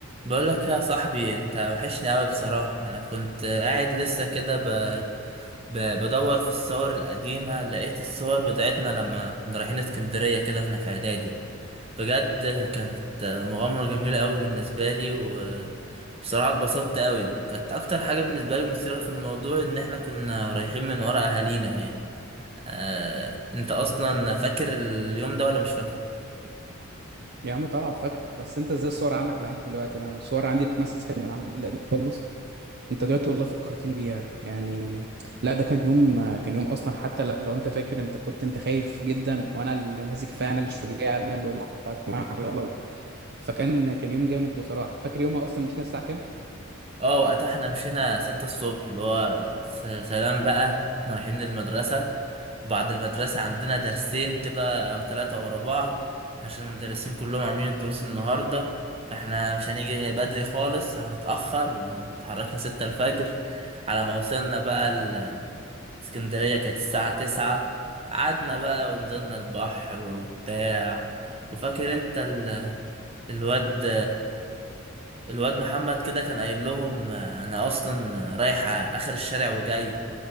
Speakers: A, on the right (about 30°); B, on the right (about 50°).
A: بقول لك يا صاحبي انت وحشني قوي بصراحة انا كنت قاعد لسه كده ب... ب... بدور في الصور القديمة لقيت الصور بتاعتنا لما كنا رايحين اسكندرية كده واحنا في اعدادي بجد كانت مغامرة جميلة قوي بالنسبة لي وبصراحة اتبسطت قوي كانت اكتر حاجة بالنسبة لي مثيرة في الموضوع ان احنا كنا رايحين من ورا اهالينا يعني آه... انت اصلا فاكر اليوم ده ولا مش فاكره
B: يا عم طبعا فاكره بس انت ازاي الصور عندك لحد دلوقتي انا الصور عندي اتمسحت من على الموبايل القديم خالص انت دلوقتي والله فكرتني بيها يعني لا ده كان يوم كان يوم اصلا حتى ل- لو انت فاكر انت كنت انت خايف جدا وانا اللي ماسك فيها انا اللي الشجاع انا اللي قلت يا جماعه يلا فكان كان يوم جامد بصراحه فاكر يومها اصلا مش ناسي الساعه كام
A: اه وقتها احنا مشينا ستة الصبح اللي هو س- سلام بقى احنا رايحين للمدرسة وبعد المدرسة عندنا درسين كده أو ثلاثة ورا بعض عشان المدرسين كلهم عاملين الدروس النهاردة فاحنا مش هنيجي بدري خالص هنتأخر واتحركنا ستة الفجر على ما وصلنا بقى ال- اسكندرية كانت الساعة تسعة قعدنا بقى ونزلنا البحر وبتاع وفاكر انت ال- الواد الواد محمد كده كان قايل لهم آه، انا اصلا رايح اخر الشارع وجاي